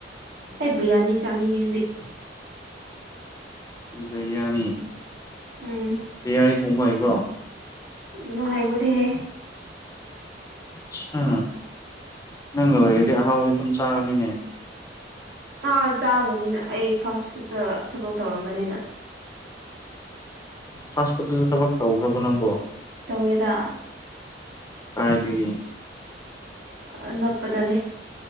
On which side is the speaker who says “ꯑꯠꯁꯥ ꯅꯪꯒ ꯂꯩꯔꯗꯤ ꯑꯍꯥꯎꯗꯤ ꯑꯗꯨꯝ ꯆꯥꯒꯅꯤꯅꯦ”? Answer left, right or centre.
Left